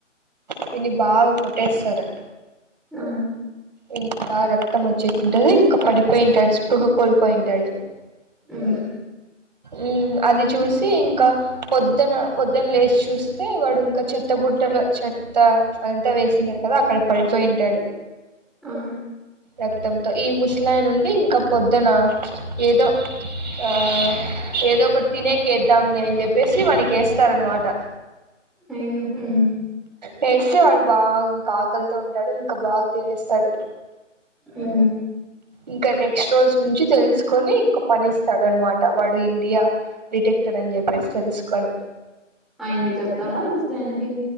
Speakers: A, on the right; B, in the centre.
A: వీన్ని బాగా కొట్టేస్తారు
B: ఆ
A: ఇనికి బాగా రక్తం వచ్చేసింటది ఇంకా పడిపోయింటాడు స్పృహ కోల్పోయింటాడు
B: ఉ
A: ఉ అది చూసి ఇంకా పొద్దన పొద్దన్ లేస్ చూస్తే వాడు ఇంకా చెత్తబుడ్ ట్టల చెత్త అదంతా వేసింటారు కదా అక్కడ పడిపోయింటాడు
B: ఆ
A: రక్తంతో ఈ ముసలాయనుండి ఇంకా పొద్దున ఏదో ఆ ఏదో ఒకటి తినేకేద్దాంలే అని చెప్పేసి వానికి వేస్తారన్నమాట
B: అయ్యో ఉ
A: వేస్తే వాడ్ బాగ్ ఇంకా ఆకలితో ఉంటాడు ఇంకా బాగా తినేస్తాడు
B: ఉ
A: ఇంకా నెక్స్ట్ రోజు నుంచి తెలుసుకొని ఇంకో పని ఇస్తాడ అనమాట వాడు ఇండియా డిటెక్టర్ అని చెప్పేసి తెలుసుకొని
B: ఆయనకి చెప్తాడా ముస్లన్కి